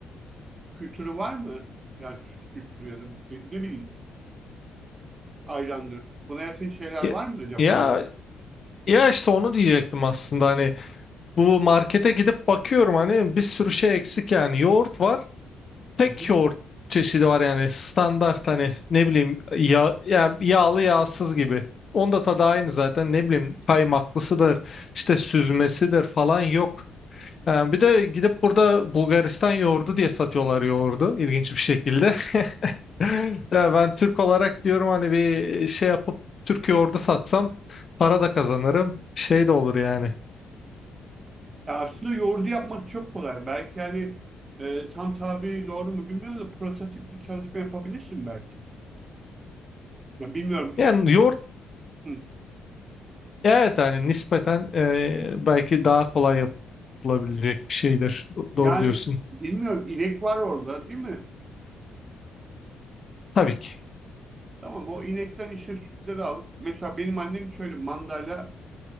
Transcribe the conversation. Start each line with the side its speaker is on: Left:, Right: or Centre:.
Right: kültürü var mı? Yani süt kültürü ya da ne bileyim. ayrandır. Buna yakın şeyler
Left: Ya,
Right: var mı Japonya'da?
Left: ya Ya işte onu diyecektim aslında hani bu markete gidip bakıyorum hani bir sürü şey eksik yani yoğurt var tek
Right: Hı hı.
Left: yoğurt çeşidi var yani standart hani ne bileyim ya, ya yağlı yağsız gibi onda da tadı aynı zaten ne bileyim kaymaklısıdır işte süzmesidir falan yok. Yani bir de gidip burada Bulgaristan yoğurdu diye satıyorlar yoğurdu ilginç bir şekilde. <laughs> Ya ben Türk olarak diyorum hani bir şey yapıp Türk yoğurdu satsam para da kazanırım şey de olur yani.
Right: Ya aslında yoğurdu yapmak çok kolay. Belki hani e, tam tabi doğru mu bilmiyorum da prototip bir çalışma yapabilirsin belki. Ya bilmiyorum.
Left: Yani yoğurt
Right: Hı.
Left: evet hani nispeten e, belki daha kolay yapılabilecek bir şeydir. Do- Doğru
Right: Yani
Left: diyorsun.
Right: bilmiyorum inek var orada değil mi?
Left: Tabii ki.
Right: Tamam o inekten işte sütleri alıp mesela benim annem şöyle mandayla